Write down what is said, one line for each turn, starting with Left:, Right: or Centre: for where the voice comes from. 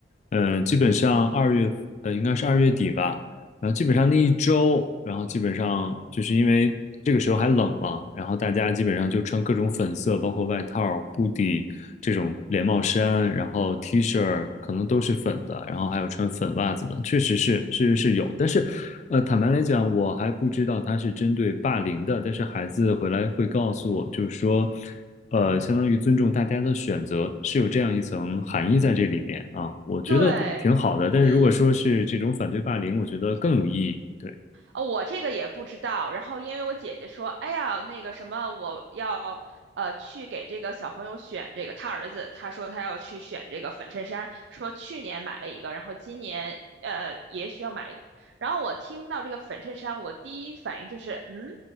Left: 嗯、基本上二月，呃，应该是二月底吧。然后基本上那一周，然后基本上就是因为这个时候还冷嘛，然后大家基本上就穿各种粉色，包括外套、hoodie 这种连帽衫，然后 T 恤可能都是粉的，然后还有穿粉袜子的，确实是，确实是有。但是，呃，坦白来讲，我还不知道他是针对霸凌的，但是孩子回来会告诉我，就是说。呃，相当于尊重大家的选择，是有这样一层含义在这里面啊，我觉得挺好的。
Right: 对，
Left: 但是如果说是这种反对霸凌，
Right: 嗯。
Left: 我觉得更有意义。对。
Right: 呃，我这个也不知道。然后因为我姐姐说，哎呀，那个什么，我要呃去给这个小朋友选这个，他儿子他说他要去选这个粉衬衫，说去年买了一个，然后今年呃也需要买一个。然后我听到这个粉衬衫，我第一反应就是，嗯，